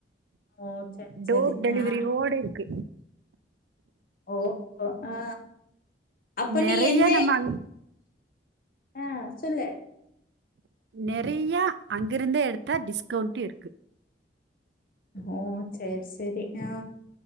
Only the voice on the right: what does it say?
டோர்
டெலிவரி
யோட இருக்கு
நெறைய
நம்ம அங்
நிறையா அங்கேருந்தே எடுத்தால் டிஸ்கவுண்ட்டும் இருக்